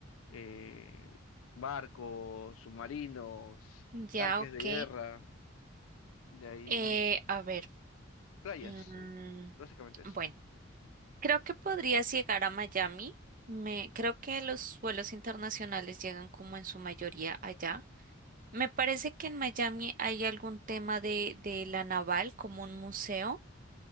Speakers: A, on the left; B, on the right.
A: eh, barcos, submarinos,
B: Ya,
A: tanques
B: ok.
A: de guerra, de ahí
B: Eh, a ver.
A: playas,
B: mm,
A: eh, básicamente eso.
B: bueno, creo que podrías llegar a Miami. Me, creo que los vuelos internacionales llegan como en su mayoría allá. Me parece que en Miami hay algún tema de, de la naval como un museo.